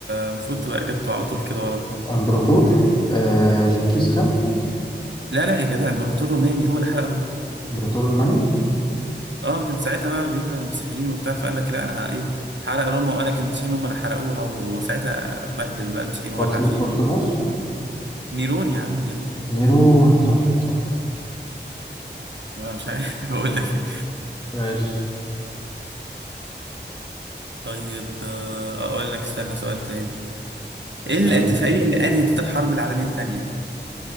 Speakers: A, on the right; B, on the left.
A: المفروض تبقى اجابته على طول كده ورا
B: إمبراطور آه. جنكيز خان
A: لا لا يا جدع الامبراطور الروماني هو اللي حرق روما <laughs>
B: إمبراطور روماني
A: اه كان ساعتها بقى بيكره المسيحيين وبتاع فقال لك لا انا ه- ايه حرق روما وقال لك المسيحيين هم اللي حرقوها وساعتها بهدل بقى المسيحيين وولع
B: بطل...
A: فيهم
B: بطليموس
A: نيرون يا عم نيرون
B: نيرون صح صح
A: انا مش عارف <laughs> اقول لك إيه.
B: ماشي
A: طيب آه، اقول لك استنى سؤال تاني ايه
B: اسأل
A: الاتفاقية اللي انهت الحرب العالمية التانية